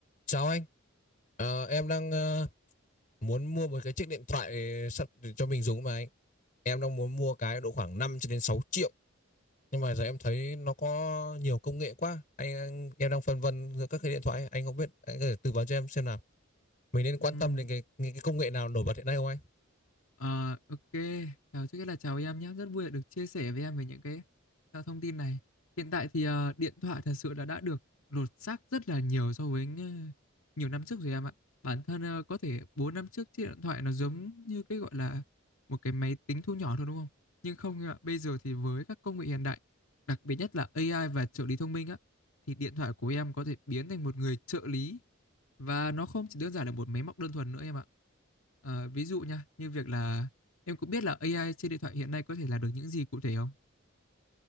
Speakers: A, on the left; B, on the left.
A: Chào anh, Ờ, em đang ờ, muốn mua một cái chiếc điện thoại sắp để cho mình dùng mà anh. Em đang muốn mua cái độ khoảng 5 cho đến 6 triệu. Nhưng mà giờ em thấy nó có nhiều công nghệ quá. Anh, anh- em đang phân vân giữa các cái điện thoại. Anh không biết, anh có thể tư vấn cho em xem nào. Mình nên quan
B: Ừm,
A: tâm đến cái những cái công nghệ nào nổi bật hiện nay không anh?
B: ờ, ok, chào trước hết là chào em nhé, rất vui được chia sẻ với em về những cái ờ, thông tin này. Hiện tại thì ờ, điện thoại thật sự là đã được lột xác rất là nhiều so với ng- nhiều năm trước rồi em ạ. Bản thân ờ, có thể 4 năm trước chiếc điện thoại nó giống như cái gọi là một cái máy tính thu nhỏ thôi đúng không? Nhưng không em ạ, bây giờ thì với các công nghệ hiện đại, đặc biệt nhất là AI và trợ lý thông minh á, thì điện thoại của em có thể biến thành một người trợ lý và nó không chỉ đơn giản là một máy móc đơn thuần nữa em ạ. Ờ, ví dụ nha, như việc là em cũng biết là AI trên điện thoại hiện nay có thể làm được những gì cụ thể không?